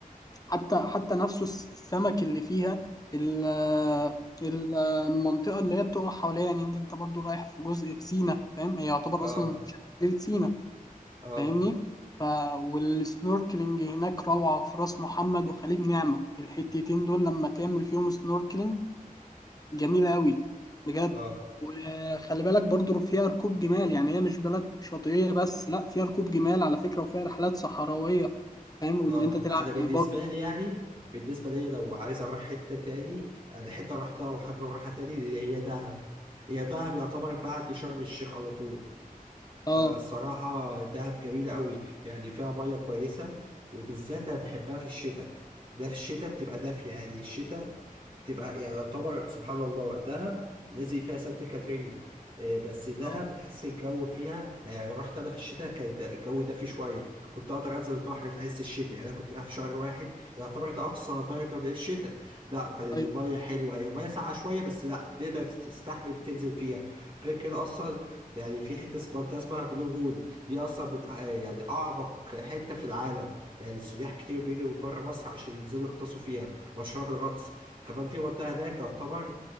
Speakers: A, on the left; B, on the right.
A: حتى حتى نفسه الس- السمك اللي فيها ال- ال- المنطقة اللي هي بتقع حواليها يعني انت انت برضو رايح في جزء في سينا فاهم هي يعتبر
B: اه
A: اصلا شبه جزيرة سينا
B: اه
A: فاهمني ف... والسنوركلينج هناك روعة في راس محمد وخليج نعمة الحتتين دول لما تعمل فيهم سنوركلينج جميلة قوي بجد
B: اه
A: وخلي بالك برضو فيها ركوب جمال يعني هي مش بلد شاطئية بس لا فيها ركوب جمال على فكرة وفيها رحلات صحراوية فاهم وان
B: اه
A: انت تلعب
B: انا
A: بالباجي
B: بالنسبه لي يعني بالنسبه لي لو عايز اروح حته تاني انا حته رحتها وحابب اروحها تاني هي دهب هي دهب يعتبر بعد شرم الشيخ على طول فالصراحه
A: اه
B: دهب جميله قوي يعني فيها ميه كويسه وبالذات انا بحبها في الشتاء ده في الشتاء بتبقى دافيه يعني الشتاء تبقى يعني يعتبر سبحان الله دهب نزل فيها سانت كاترين آه، بس دهب
A: آه.
B: تحس الجو فيها يعني رحت انا في الشتاء كان ده- الجو دافي شويه كنت اقدر انزل البحر في عز الشتاء يعني انا كنت رايح في شهر واحد يعتبر ده اقصى درجه في الشتاء لا كان
A: طيب
B: الميه حلوه هي الميه ساقعه شويه بس لا تقدر تستحمل تنزل فيها غير كده اصلا يعني في حته اسمها منطقة اسمها بلو هول دي اصلا من أع- يعني اعمق حته في العالم يعني السياح كتير بيجوا من بره مصر عشان ينزلوا يغطسوا فيها مشروع بالغطس كمان في منطقة هناك يعتبر